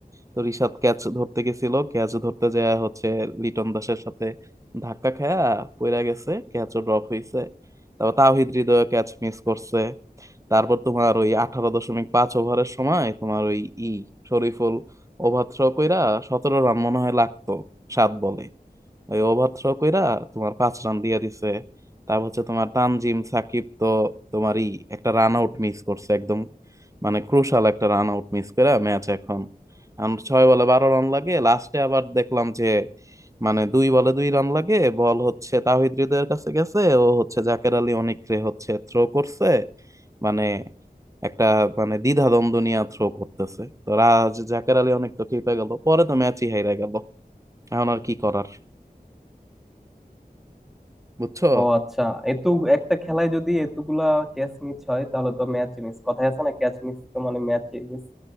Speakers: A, on the right (about 20°); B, in the centre.
A: তো রিশাদ ক্যাচ ধরতে গেছিল ক্যাচ ধরতে যায় হচ্ছে লিটন দাসের সাথে ধাক্কা খায়া পইরা গেছে ক্যাচও ড্রপ হইছে তারপর তাওহিদ হৃদয় ক্যাচ মিস করছে তারপর তোমার ওই আঠারো দশমিক পাঁচ ওভারের সময় তোমার ওই ই শরীফুল ওভার থ্রো কইরা সতেরো রান মনে হয় লাগতো সাত বলে ওই ওভার থ্রো কইরা তোমার পাঁচ রান দিয়ে দিছে তারপর হচ্ছে তোমার তানজিম সাকিব তো তোমার ই একটা রান আউট মিস করছে একদম মানে ক্রুশাল একটা রান আউট মিস করে ম্যাচ এখন এখন ছয় বলে বারো রান লাগে লাস্টে আবার দেখলাম যে মানে দুই বলে দুই রান লাগে বল হচ্ছে তাওহিদ হৃদয়ের কাছে গেছে ও হচ্ছে জাকের আলী অনেকরে হচ্ছে থ্রো করছে মানে একটা মানে দ্বিধাদ্বন্দ্ব নিয়ে থ্রো করতেছে তো রাজ জাকের আলী অনেক তো খেপে গেল পরে তো ম্যাচই হেরে গেল এখন আর কি করার বুঝছো
B: ও আচ্ছা এত একটা খেলায় যদি এতগুলা ক্যাচ মিস হয় তাহলে তো ম্যাচ মিস কথায় আছে না ক্যাচ মিস তো মানে ম্যাচ মিস